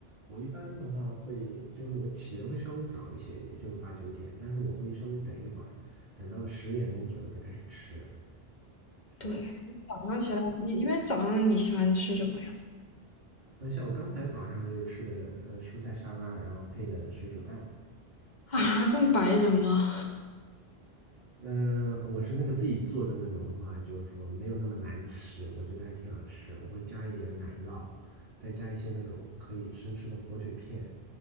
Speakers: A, on the right (about 45°); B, on the left (about 45°).
A: 我一般的话会就是我起的会稍微早一些，也就是八九点，但是我会稍微等一会儿，等到个十点钟左右再开始吃，是这样子。
B: 对，早上起来，你一般早上你喜欢吃什么呀？
A: 那像我刚才早上就是吃的呃蔬菜沙拉，然后配的水煮蛋，
B: 啊，这么白人吗？
A: 嗯、我是那个自己做的那种的话，就是说没有那么难吃，我觉得还挺好吃。我会加一点奶酪，再加一些那种可以生吃的火腿片，